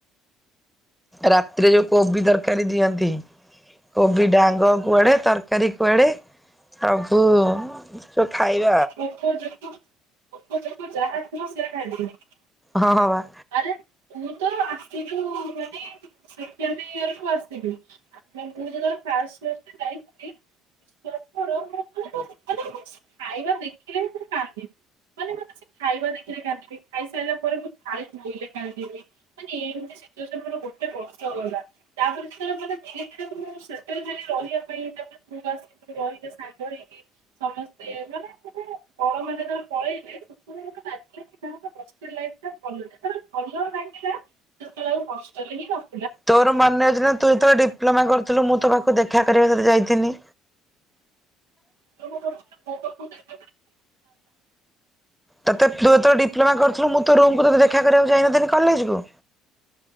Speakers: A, in the centre; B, on the right.
A: ରାତିରେ ଯୋଉ କୋବି ତରକାରୀ ଦିଅନ୍ତି, କୋବି ଡାଙ୍ଗ କୁଆଡେ ତର ତରକାରୀ କୁଆଡେ ପ୍ରଭୁ ଯୋଉ ଖାଇବା
B: ପୋକଯୋକ ପୋକଯୋକ ଯାହା ଥିବ ସେୟା ଖାଇ। <unintelligible>
A: ହଁ ହଁ ପା।
B: ଆରେ ତୁ ତ ଆସିଲୁ ମାନେ ସେକେଣ୍ଡ ଇଅରକୁ ଆସିଲୁ ଆ ମାନେ ମୁଁ ଯେତେବେଳେ ଫାଷ୍ଟ ଫାଷ୍ଟ ଯାଇଥିଲି ପ୍ଲସ ଟୁ ରୁମକୁ ଗଲେ ତୁ ଖାଲି ଖାଇବା ଦେଖିଲେ ହିଁ ତୁ କାନ୍ଦିବୁ। ମାନେ ମୁଁ କିଛି ଖାଇବା ଦେଖିଲେ କାନ୍ଦିବି ଖାଇସାଇଲା ପରେ ମୁଁ ଥାଳି ଧୋଇଲେ କାନ୍ଦିବି। ମାନେ ଏମତି ସିଚୁଏସନ ଗୋଟେ ବର୍ଷ ରହିଲା। ତାପରେ ସେ ମାନେ ଧୀରେ ଧୀରେ ମୁଁ ସେଟେଲ ହେଲି ରହିବା ପାଇଁ ତାପରେ ତୁ ଆସି ରହିଲେ ସାଙ୍ଗ ହେଇକି ସମସ୍ତେ ମାନେ ଗୋଟେ ବଡ ମାନେ ଯେତେବେଳେ ପଳେଇଲେ ମାନେ ଗୋଟେ ଲାଗିଲା କି ନା ଗୋଟେ ହଷ୍ଟେଲ ଲାଇଫ ଟା ଭଲଟା ଯେତେବେଳେ ଭଲ ଲାଗିଲା ସେତଳେ ଆଉ ହଷ୍ଟେଲ ହିଁ ନ
A: ତୋର ମନେ ଅଛି ନା ତୁ ଯେତେବେଳେ ଡିପ୍ଲୋମା କରୁଥୁଲୁ ମୁଁ ତୋ ପାଖକୁ ଦେଖା କରିବାକୁ ତତେ ଯାଇଥିନି?
B: କାମ କରୁଚି। ଭାତ <unintelligible>
A: ତତେ ତୁ ଯେତୋଳେ ଡିପ୍ଲୋମା କରୁଥୁଲୁ ମୁଁ ତୋ ରୁମକୁ ତତେ ଦେଖା କରିବାକୁ ଯାଇନଥିନ୍ କଲେଜକୁ